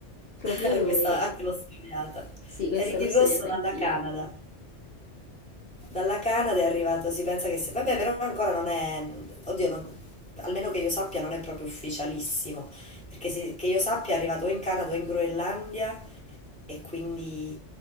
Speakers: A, on the left; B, in the centre.
A: proprio
B: <laughs>
A: lui.
B: Questa anche l'ho studiata.
A: Sì, questa
B: Ricky
A: l'ho studiata
B: Rosso
A: anch'io.
B: dalla Canada. Dalla Canada è arrivato, si pensa che sia... Vabbè, però ancora non è... Oddio, non- almeno che io sappia non è proprio ufficialissimo, perché si- che io sappia è arrivato o in Canada o in Groenlandia e quindi...